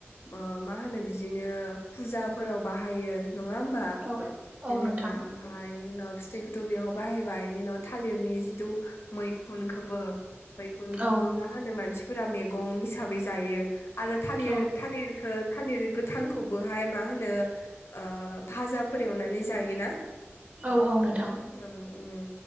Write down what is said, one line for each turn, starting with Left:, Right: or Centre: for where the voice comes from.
Left: ओ मानो बि दिनो फुजाफोराव बाहायो। नङा होमबा?
Right: औ औ
Left: जेनेब्रा
Right: नोंथां
Left: ओमफाय बेनि उनाव फिथाइखौथ' बेयाव बाहायबाय इनि नथ' थालिरनि जिथु मैखुनखौबो मैखुनखौबो
Right: औ
Left: मा होनो मानसिफोरा मेगं हि साबै जायो। आरो थालिर
Right: औ
Left: थालिरखो थालिर थांखौबोहाय मा होनो ओ भाजाफोर एवनानै जायोना?
Right: औ औ नोंथां
Left: ओ उम